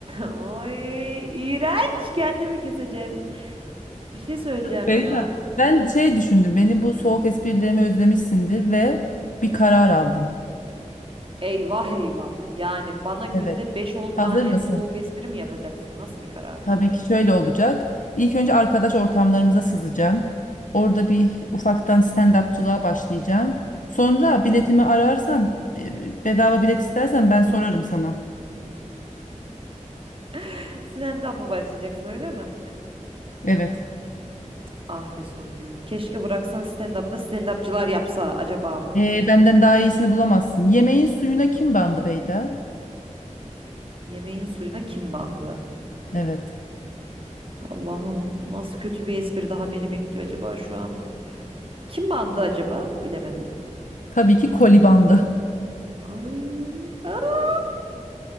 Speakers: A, on the right; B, on the left.
A: Ay iğrenç. Kendimi keseceğim. Bir şey söyleyeceğim
B: Beyda
A: ya.
B: ben şey düşündüm. Benim bu soğuk esprilerimi özlemişsindir ve bir karar aldım.
A: Eyvah eyvah. Yani bana günde
B: Evet.
A: beş on tane
B: Hazır mısın?
A: soğuk espri mi yapacaksın? Nasıl bir karar
B: Tabii
A: bu?
B: ki şöyle olacak. İlk önce arkadaş ortamlarımıza sızacağım. Orada bir ufaktan stand-upçılığa başlayacağım. Sonra biletimi ararsan, e, bedava bilet istersen ben sorarım sana.
A: <laughs> Stand-up'a başlayacaksın öyle mi?
B: Evet.
A: Ah be Songül. Keşke bıraksan stand-up'ı da stand-upçılar yapsa acaba mı?
B: Ee, benden daha iyisini bulamazsın. Yemeğin suyuna kim bandı Beyda?
A: Yemeğin suyuna kim bandı?
B: Evet.
A: Allah'ım nasıl kötü bir espri daha beni bekliyor acaba şu an? Kim bandı acaba? Bilemedim.
B: Tabii ki koli bandı.
A: Ay, aa,